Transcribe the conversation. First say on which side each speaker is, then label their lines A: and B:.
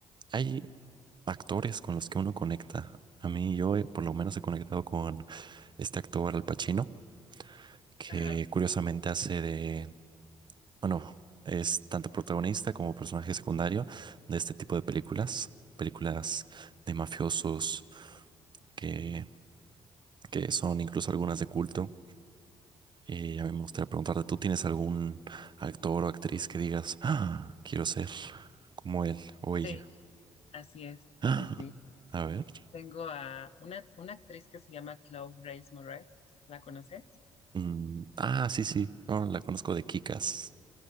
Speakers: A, on the right (about 35°); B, on the left (about 50°).
A: hay actores con los que uno conecta. A mí, yo eh, por lo menos he conectado con este actor Al Pacino, que
B: Ajá.
A: curiosamente hace de, bueno, es tanto protagonista como personaje secundario de este tipo de películas, películas de mafiosos que, que son incluso algunas de culto. Y a mí me gustaría preguntarte, ¿tú tienes algún actor o actriz que digas, "Ah, quiero ser como él o ella?
B: Sí, así es,
A: Ah,
B: yo sí.
A: a ver.
B: Tengo a una, una actriz que se llama Chloe Grace Moretz, ¿la conoces?
A: mm, ah, sí, sí. no, la conozco de Kikas.